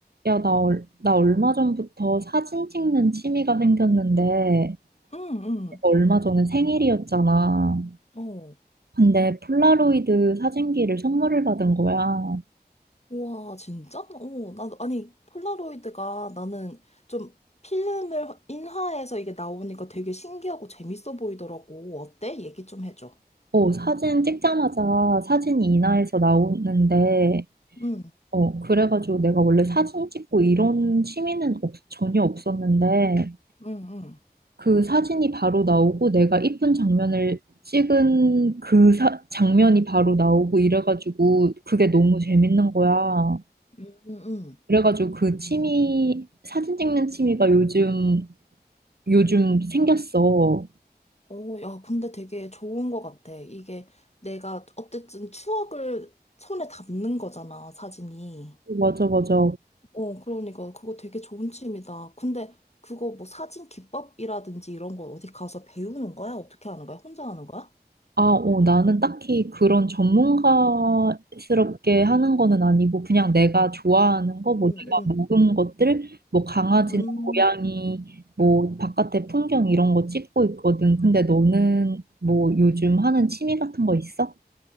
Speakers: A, on the right; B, on the left.
A: 야, 나, 얼- 나 얼마 전부터 사진 찍는 취미가 생겼는데,
B: 응, 응.
A: 얼마 전에 생일이었잖아.
B: 어.
A: 근데 폴라로이드 사진기를 선물을 받은 거야.
B: 우와, 진짜? 어, 나, 아니, 폴라로이드가 나는 좀 필름을 인화해서 이게 나오니까 되게 신기하고 재밌어 보이더라고. 어때? 얘기 좀 해줘.
A: 어, 사진 찍자마자 사진이 인화해서 나오는데,
B: 응,
A: 어, 그래가지고 내가 원래 사진 찍고 이런 취미는 없- 전혀 없었는데,
B: 응, 응.
A: 그 사진이 바로 나오고 내가 이쁜 장면을 찍은 그 사- 장면이 바로 나오고 이래가지고 그게 너무 재밌는 거야.
B: 응, 응.
A: 그래가지고 그 취미, 사진 찍는 취미가 요즘, 요즘 생겼어.
B: 어, 야, 근데 되게 좋은 것 같아. 이게 내가 어쨌든 추억을 손에 담는 거잖아, 사진이.
A: 맞아, 맞아.
B: 어, 그러니까 그거 되게 좋은 취미다. 근데 그거 뭐 사진 기법이라든지 이런 거 어디 가서 배우는 거야? 어떻게 하는 거야? 혼자 하는 거야?
A: 아, 어, 나는 딱히 그런 전문가스럽게 하는 거는 아니고, 그냥 내가 좋아하는 거,
B: 음,
A: 뭐 내가
B: 음,
A: 먹은 것들, 뭐 강아지나
B: 음.
A: 고양이, 뭐 바깥의 풍경 이런 거 찍고 있거든. 근데 너는 뭐 요즘 하는 취미 같은 거 있어?